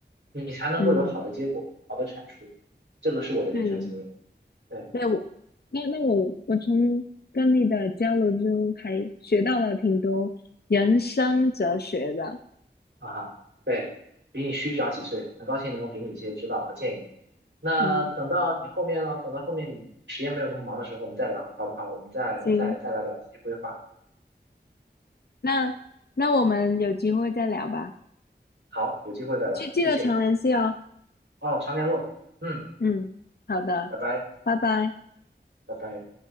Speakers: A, on the right; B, on the left.
A: 你才能够有好的结果、
B: 嗯，
A: 好的产出。这个是我的人生经验。
B: 对。
A: 对，
B: 对我，那那我我从跟你的交流中还学到了挺多人生哲学的。
A: 哈哈，对，比你虚长几岁，很高兴能够给你一些指导和建议。那等到你后面了，
B: 嗯，
A: 等到后面你时间没有那么忙的时候，我们再聊，好不好？我们再再再来聊这些规划。
B: 行，那那我们有机会再聊吧，
A: 好，有机会再聊，
B: 记记得常联系哦。
A: 谢谢。哦，常联络，嗯，
B: 嗯，好的，
A: 拜拜，
B: 拜拜。
A: 拜拜。